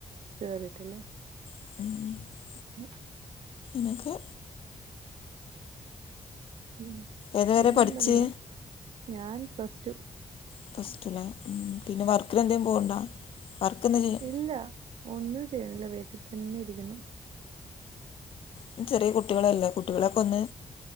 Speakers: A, on the right; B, on the left.
A: കേറീട്ടില്ല.
B: <inaudible>
A: <unintelligible>
B: നിൻക്ക്.
A: ഉം
B: ഏതുവരെ
A: പിന്നെന്താ
B: പഠിച്ച്
A: നിങ്ങൾ ഞാൻ പ്ലസ് റ്റു.
B: പ്ലസ് റ്റു ലേ, ഉം പിന്നെ വർക്കിലെന്തേം പൊകുണ്ടോ? വർക്കെന്താ ചെയ്യാ
A: ല്ല ഒന്നും ചെയ്യണില്ല വീട്ടിൽ തെന്നെ ഇരിക്കുന്നു.
B: ഉം ചെറ്യേ കുട്ടികളല്ലേ കുട്ടികളെക്കൊന്ന്.